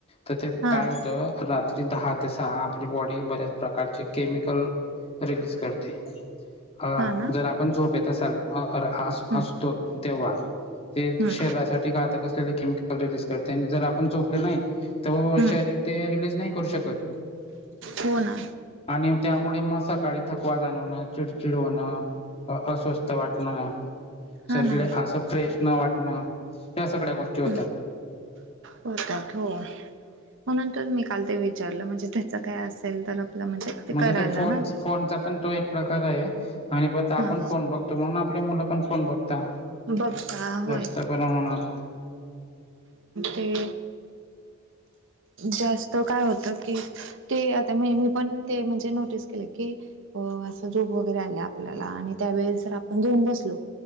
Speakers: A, on the left; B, on the right.
A: तर ते
B: हा
A: काय होत रात ते दहा ते सहा आपली बॉडी बऱ्याच प्रकारचे केमिकल रीलीज करते अ
B: हा ना
A: जर आपण झोपेत असाल अ अर आस
B: हम्म
A: असतो तेव्हा ते
B: हम्म
A: त्यासाठी आता कसले केमिकल रिज करते जर आपण झोपले नाही तर
B: हम्म
A: शरीर ते रिलीज नाही करू शकत.
B: हो ना
A: आणि त्यामुळे म सकाळी थकवा जाणवणं चिडचिड होणं. अस्वस्थ वाटणं.
B: हा
A: शरीरला
B: ना
A: असं फ्रेश न वाटणं या सगळ्या गोष्टी
B: हम्म
A: होतात.
B: होतात हो. म्हणून तर मी काल ते विचारलं म्हणजे त्याच काय असेल तर ते
A: म्हणजे
B: करायला
A: त फोन
B: ना.
A: फोनचा पण तो एक प्रकार आहे आणि आपण
B: हा
A: फोन बघतो. त म्हणून आपली मुलं पण फोन बघता
B: बघता होय.
A: जास्त प्रमाणात.
B: ते जास्त काय होत की ते आता म मी पण ते म्हणजे नोटीस केलं की ही असं झोप वगैरे आले आपल्याला आणि त्यावेेळेस जर आपण घेऊन बसलो